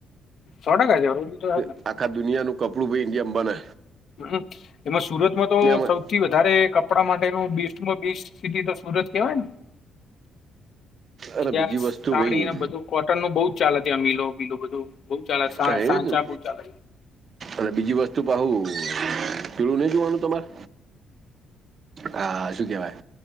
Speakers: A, on the left; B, on the right.
A: સો ટકા જરૂરી તો હેને
B: <unintelligible> આખા દુનિયાનું કપડું ભી ઇન્ડિયા બને
A: હ એમાં સુરતમાં તો
B: એમાં
A: સૌ થી વધારે કપડાં માટેનું બીસટમાં બીસ સિટી તો સુરત કહેવાય ને
B: અરે
A: જ્યાં
B: બીજી
A: સાડી
B: વસ્તુ ભઈ.
A: ને બધું કોટન નું બહુ જ ચાલે ત્યાં મીલો મીલો બધું બઉુ ચાલે સા
B: હા એ
A: સાચા
B: જ ને
A: બહુ ચાલે.
B: અને બીજી વસ્તુ પહું પેળું નહિ જોવાનું તમારે. હા શું કેવાય.